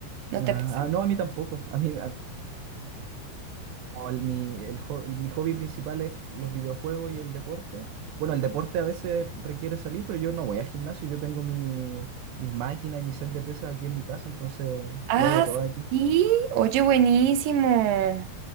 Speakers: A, on the right; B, on the right.
A: ¿No
B: Ah,
A: te pasa?
B: ah, no, a mí tampoco. A mí, como el- mi, el ho- el- mi hobby principal es los videojuegos y el deporte. Bueno, el deporte a veces requiere salir, pero yo no voy al gimnasio, yo tengo mi, mis máquinas y mi set de pesas aquí en mi casa, entonces
A: Ah,
B: lo hago todo aquí.
A: sí, oye, buenísimo.